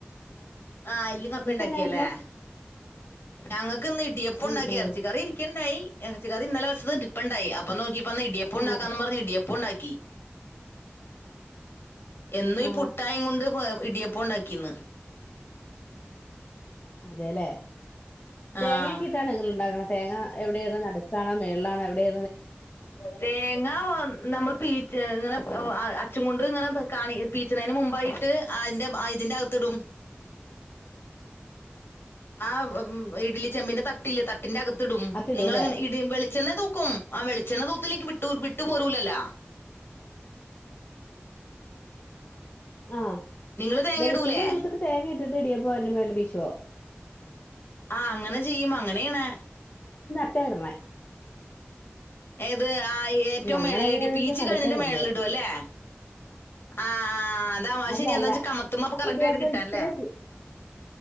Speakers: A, on the left; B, on the left.
A: ആഹ് എല്ലും കപ്പ ഇണ്ടാക്കിയല്ലേ
B: എന്നായിരുന്നു
A: ഞങ്ങൾക്ക് ഇന്ന് ഇടിയപ്പം
B: ഉം,
A: ഇണ്ടാക്കി
B: ഉം,
A: ഇറച്ചി കറി ഇരിക്ക്‌ണ്ടായി ഇറച്ചിക്കറി ഇന്നലെ വച്ചത് ഇരിപ്പ്ണ്ടായി ആയി അപ്പം നോക്കിയ നല്ല ഇടിയപ്പം ഉണ്ടാക്കാന്ന്
B: ആ
A: പറഞ്ഞ് ഇടിയപ്പ് പ്പുണ്ടാക്കി എന്നും
B: ആ
A: ഈ പുട്ടായത് കൊണ്ട് ഇടിയപ്പം ഒണ്ടാക്കി ഇന്ന്
B: അതേല്ലേ തേങ്ങക്കെയിട്ടാണോ
A: ആഹ്
B: നിങ്ങൾ ഉണ്ടാക്കണത് തേങ്ങ എവിടായിടണേ നട്ക്കാണോ മേളിലാണോ എവിടെയ
A: തേങ്ങാ ഒ നമ്മള് പീച്ച് ഇങ്ങനെ അ അച്ചും കൊണ്ട് ഇങ്ങനെ കാണി പീച്ചണേന് മുമ്പായി ട്ട് അതിന്റെ ബ ഇതിന്റെ അക ത്ത്ടും ആ ഇഡലി ചെമ്പിന്റെ തട്ടില്ലെ തട്ട് ട്ടിന്റെ അകത്ത് ഇടും
B: അത്തിടൂല്ലേ
A: നിങ്ങളെങ്ങനെ ഇടെം വെളിച്ചെണ്ണ തൂ ക്കും ആ വെളിച്ചെണ്ണ തൂത്തില്ലെങ്കി വിട്ടു വിട്ടു പോരൂലല്ലാ
B: ആഹ്
A: നിങ്ങള് തേങ്ങ
B: വെളിച്ചെണ്ണ
A: ഇടൂലേ
B: തൂത്തിട്ട് തേങ്ങ ഇട്ടിട്ട് റെഡിയാ പാലു മേൽ വീശുക
A: ആഹ് അങ്ങനെ ചെയ്യും അങ്ങനേണ്
B: ക്കേർണേ
A: ഏത് ആ ഏറ്റവും
B: ഞങ്ങൾ
A: മേളില്
B: എങ്ങനെയാന്ന്
A: ഇടിയ പീച്ച്
B: വെച്ചാൽ നടുക്കാ
A: കഴിഞ്ഞിന്റെ
B: ഇടണത്
A: മേളില് ഇടുവല്ലേ ആ ആ അതാവാ
B: അല്ല
A: ശരി എന്നാ
B: അല്ല
A: വെച്ചാ കമ്മത്തുമ്മ അപ്പ കറക്ട്
B: ഇടിയപ്പം
A: ആയിട്ട് കിട്ടാൻ
B: ഇച്ചിരി
A: ല്ലേ
B: പി-